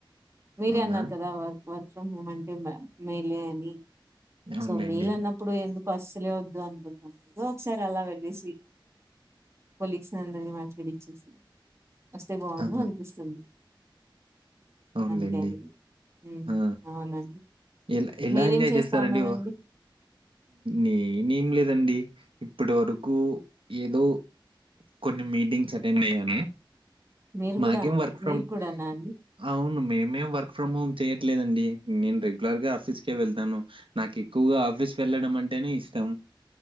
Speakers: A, on the right; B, on the right.
A: మీరే
B: అవునా
A: అన్నారు కదా వర్క్ వర్క్ ముమంటే మ మేలే అని
B: అవునులేండి
A: సో మేలన్నప్పుడు ఎం కస్సలే వద్దు అనుకుంట్నం ఓ ఒకసారి అలా వెళ్ళేసి కొలీగ్స్ నందరినీ మాట్లాడిచ్చేసి వస్తే బాగుండు
B: ఆహ
A: అన్ తుంది
B: అవునులెండి.
A: అంతే అండి మ్మ్
B: ఆ!
A: అవునండి
B: ఎలా ఎలా
A: మీరేం
B: ఎంజాయ్
A: చేస్తా
B: చేస్తారండి
A: ఉన్నారండి
B: హొ నేనేం లేదండి అండి ఇప్పటి వరకూ ఏదో కొన్ని మీటింగ్స్ అటెండ్ అయ్యాను
A: మీరు
B: మాకేం
A: కూడా అన్-
B: వర్క్ ఫ్రమ్
A: మీరు కూడానా అండి
B: అవును మేమేం వర్క్ ఫ్రమ్ హోమ్ చేయట్లేదండి నేను రెగ్యులర్గా ఆఫీస్కే వెళ్తాను నాకు ఎక్కువగా ఆఫీస్ వెళ్ళడం అంటేనే ఇష్టం